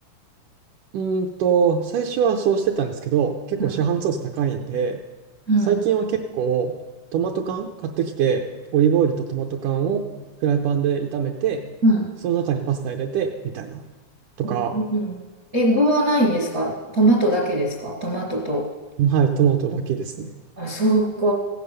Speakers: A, on the right (about 75°); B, on the right (about 50°).
A: うーんと、最初はそうしてたんですけど、結構市販ソース高いんで、
B: うん、うん、
A: 最近は結構トマト缶買ってきて、オリーブオイルとトマト缶をフライパンで炒めて、
B: うん。
A: その中にパスタ入れて、みたいな。とか、
B: うんえ、具はないんですかトマトだけですかトマトと。
A: はい、トマトだけですね。
B: あ、そ